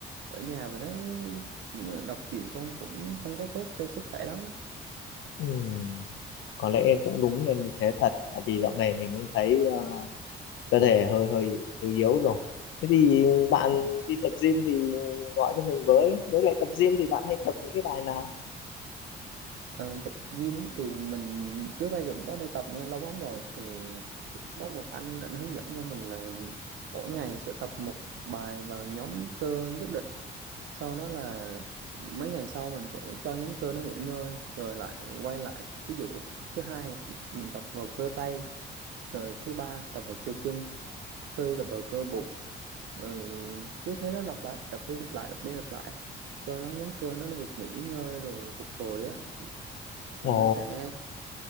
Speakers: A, on the right; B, on the left.
A: ở nhà mình thấy đọc truyện con cũng không có tốt cho sức khỏe lắm á.
B: ừ. có lẽ em cũng đúng nên như thế thật tại vì dạo này mình cũng thấy ờ, cơ thể hơi hơi hơi yếu rồi thế thì bạn
A: <laughs>
B: đi tập gym thì gọi cho mình với với lại tập gym thì bạn hay tập những cái bài nào
A: Ờ, tập gym thì mình trước đây cũng có đi tập nghe lâu lắm rồi thì có một anh, anh hướng dẫn cho mình là mỗi ngày sẽ tập một bài vào nhóm cơ nhất định sau đó là mấy ngày sau mình sẽ cho nhóm cơ nó nghỉ ngơi rồi lại quay lại ví dụ thứ hai mình tập vào cơ tay rồi thứ ba tập vào cơ chân thứ tư tập vào cơ bụng rồi cứ thế đó lặp lại đập đi lặp lại đập đi lặp lại cho nó nhóm cơ nó được nghỉ ngơi rồi phục hồi á thì
B: ồ
A: nó sẽ